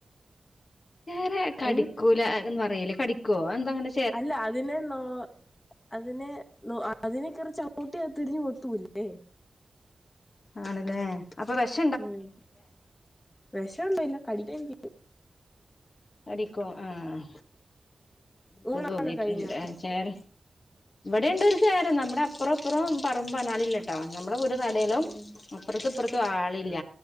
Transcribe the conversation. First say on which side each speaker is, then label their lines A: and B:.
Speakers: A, on the left; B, on the left.
A: ചേര കടിക്കൂല
B: അത്
A: എന്ന് പറയ്ല്ലെ കടിക്കോ? എന്താങ്ങനെ
B: അല്ല അതിനെ നോ അതിനെ നോ അതിനെക്കേറി ചവിട്ടിയ അത് തിരിഞ് കൊത്തൂല്ലേ.
A: ആണ് ല്ലേ. അപ്പൊ വെഷ.
B: ഉംഹ് വെഷൊന്നുല്ല കടിക്കായ്ര്ക്കും.
A: കടിക്കോ ആഹ് ൻക്കും
B: ഊണൊക്കെ
A: തോന്നീട്ടുണ്ട്
B: കഴിഞ്ഞോ
A: ചേര. ഇവിടെ ണ്ട് ഒരു ചേര നമ്മുടെ അപ്പറും ഇപ്പറും പറമ്പ ആൾ ഇല്ല ഇട്ടോ നമ്മുടെ വീട് നടൂലും.
B: ഉം
A: അപ്പുറത്തും ഇപ്പറത്തും ആളില്ല.